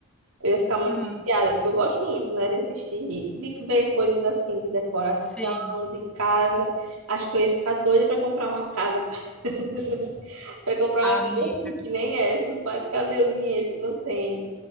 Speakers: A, on the right; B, in the centre.
A: eu ia ficar muito
B: Hum,
A: viciada, porque eu gosto muito, né, de assistir, de ver coisas assim, de decoração,
B: sim,
A: de casa. Acho que eu ia ficar doida pra comprar uma casa. <laughs> Pra comprar
B: amiga.
A: uma casa assim, que nem essas, mas cadê o dinheiro que não tem?